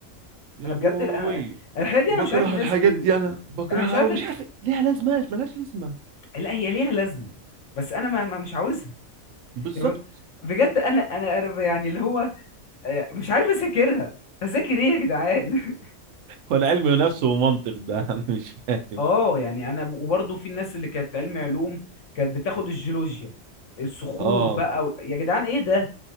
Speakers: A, on the right; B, on the left.
A: يا
B: انا بجد
A: بوي
B: ال- انا الاحياء دي
A: بكره
B: انا مش عارف الناس
A: الحاجات
B: ب...
A: دي انا بكرهها
B: انا مش عارف
A: قوي مش
B: ال...
A: عارف ليها لازمه ملهاش لازمه
B: لا هي ليها لازمه بس انا ما... ما مش عاوزها
A: بالظبط
B: يعني بجد انا انا انا يعني اللي هو آه، مش عارف اذاكرها اذاكر ايه يا جدعان
A: ولا علم نفس ومنطق ده <laughs> انا مش فاهم
B: اه يعني انا ب- وبرضه في الناس اللي كانت علم علوم كانت بتاخد الجيولوجيا الصخور
A: اه
B: بقى وال- يا جدعان ايه ده